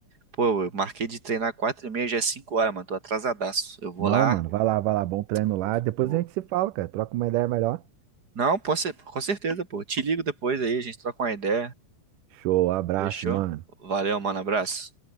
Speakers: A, on the right (about 35°); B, on the right (about 85°).
A: Pô, eu marquei de treinar quatro e meia, já é cinco horas, mano, tô atrasadaço. Eu vou
B: Não,
A: lá,
B: mano, vai lá, vai lá, bom treino
A: vou...
B: lá. Depois
A: vou-
B: a gente se fala, cara. Troca uma ideia melhor.
A: Não, pô, ce- com certeza, pô. Te ligo depois aí, a gente troca uma ideia.
B: Show, abraço,
A: Fechou?
B: mano.
A: Valeu, mano. Abraço.